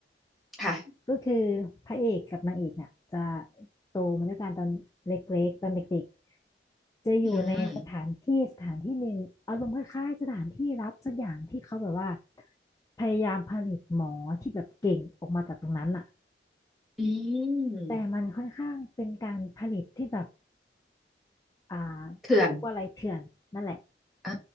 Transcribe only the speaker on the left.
ก็คือพระเอกกับนางเอกเนี่ยจะโตมาด้วยกันตอนเล็กๆตอนเด็กๆจะอยู่ในสถานที่สถานที่หนึ่งอารมณ์คล้ายๆสถานที่รับสักอย่างที่เขาแบบว่า
พยายามผลิตหมอที่แบบเก่งออกมาจากตรงนั้นอะ
แต่มันค่อนข้างเป็นการผลิตที่แบบอ่า
เรียกว่าอะไรเถื่อนนั่นแหละ